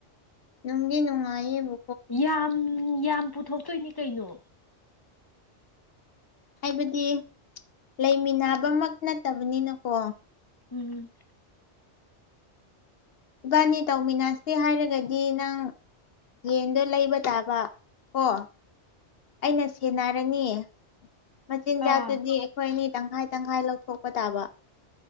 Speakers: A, on the left (about 65°); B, on the left (about 25°).
A: ꯅꯨꯡꯗꯤ ꯅꯨꯡꯉꯥꯏꯌꯦꯕꯨ
B: ꯌꯥꯝ ꯌꯥꯝ ꯄꯨꯊꯣꯛꯇꯣꯏꯅꯤ ꯀꯩꯅꯣ
A: ꯍꯥꯏꯕꯗꯤ ꯂꯩꯃꯤꯟꯅꯕꯃꯛ ꯅꯠꯇꯕꯅꯤꯅꯀꯣ
B: ꯎꯝ
A: ꯏꯕꯥꯅꯤ ꯇꯧꯃꯤꯟꯅꯁꯦ ꯍꯥꯏꯔꯒꯗꯤ ꯅꯪ ꯌꯦꯟꯗꯣ ꯂꯩꯕ ꯇꯥꯕ ꯀꯣ ꯑꯩꯅ ꯁꯦꯟꯅꯔꯅꯤ ꯃꯆꯤꯟꯖꯥꯛꯇꯨꯗꯤ
B: ꯑꯥ
A: ꯑꯩꯈꯣꯏ ꯑꯅꯤ ꯇꯪꯈꯥꯏ ꯇꯪꯈꯥꯏ ꯂꯧꯊꯣꯛꯄ ꯇꯥꯕ